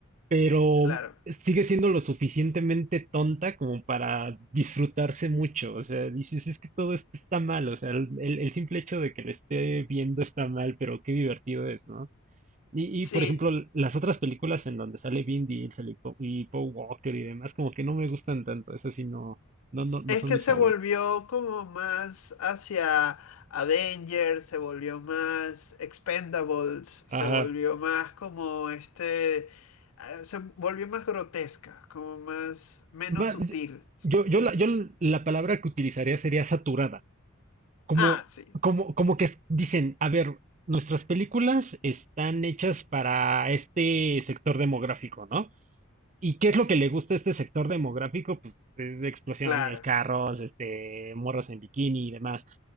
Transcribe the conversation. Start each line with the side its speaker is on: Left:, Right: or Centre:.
Right: pero
Left: Claro.
Right: sigue siendo lo suficientemente tonta como para disfrutarse mucho. O sea, dices, es que todo esto está mal. O sea, el, el el simple hecho de que lo esté viendo está mal, pero qué divertido es, ¿no? Y, y,
Left: Sí,
Right: por ejemplo, l- las otras películas en donde sale Vin Diesel y Po- y Paul Walker y demás, como que no me gustan tanto. Esas sí no, no, no, no
Left: es
Right: son
Left: que
Right: mis
Left: se
Right: favoritas.
Left: volvió como más hacia Avengers, se volvió más Expendables, se
Right: Ajá.
Left: volvió más como este, eh, se volvió más grotesca, como más, menos
Right: Ma-
Left: sutil.
Right: yo, yo, la, yo la palabra que utilizaría sería saturada. Como,
Left: Ah, sí,
Right: como, como que es- dicen, a ver, nuestras películas están hechas para este sector demográfico, ¿no? ¿Y qué es lo que le gusta a este sector demográfico? Pues es explosiones,
Left: claro,
Right: carros, este, morras en bikini y demás.